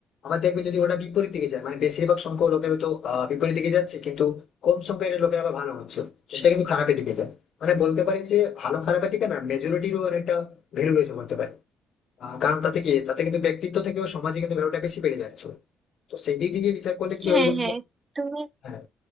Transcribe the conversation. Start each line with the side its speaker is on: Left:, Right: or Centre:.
Left: আবার দেখবে যদি ওটা বিপরীত দিকে যায় মানে বেশিরভাগ সংখ্যক লোকের তো বিপরীত দিকে যাচ্ছে কিন্তু কম সংখ্যার লোকের আবার ভালো হচ্ছে সেটা কিন্তু খারাপের দিকে যায় মানে বলতে পারি যে ভালো খারাপের দিকে না মেজরিটিরও একটা ভ্যালু রয়েছে বলতে পারি আহ, কারণ তাতে কি তাতে কিন্তু ব্যক্তিত্ব থেকেও সমাজে কিন্তু ভ্যালুটা বেশি বেড়ে যাচ্ছে তো সেই দিক দিয়ে বিচার করলে কি
Right: হ্যাঁ
Left: হয় বলতো
Right: হ্যাঁ তুমি
Left: হ্যাঁ